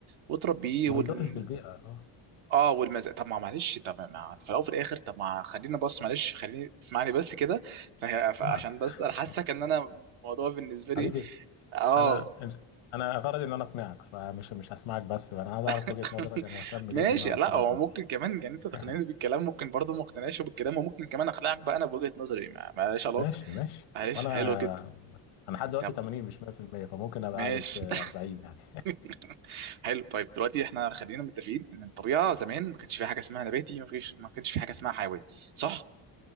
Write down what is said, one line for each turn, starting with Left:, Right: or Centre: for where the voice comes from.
Right: وتربيه
Left: ما
Right: وال...
Left: بتضرش بالبيئة اه
Right: اه والمزق طب ما معلش طب ما في الاول وفي الاخر طب ما خلينا بص معلش خليني اسمعني بس كده فه- فعشان
Left: سامعك
Right: بس
Left: <laughs>
Right: انا حاسك
Left: سامعك.
Right: ان انا الموضوع بالنسبه لي
Left: حبيبي
Right: اه
Left: انا انا غرضي ان انا اقنعك فمش مش هسمعك بس انا عايز اعرف
Right: <laughs>
Left: وجهة نظرك انا مهتم جدا
Right: ماشي
Left: ان اعرف
Right: لا
Left: وجهة
Right: هو
Left: نظرك
Right: ممكن كمان يعني انت تقنعني
Left: <laughs>
Right: بالكلام ممكن برضه ما اقتنعش بالكلام وممكن كمان اقنعك بقى انا بوجهة نظري ما- مالهاش علاقه
Left: ماشي ماشي
Right: معلش
Left: وانا
Right: حلو جدا
Left: انا لحد دلوقتي
Right: طب
Left: 80 مش 100% فممكن ابقى
Right: ماشي
Left: قلبت 40 يعني
Right: <laughs> حلو طيب دلوقتي احنا خلينا متفقين ان الطبيعه زمان ما كانش في حاجه اسمها نباتي ما فيش ما كانش في حاجه اسمها حيواني صح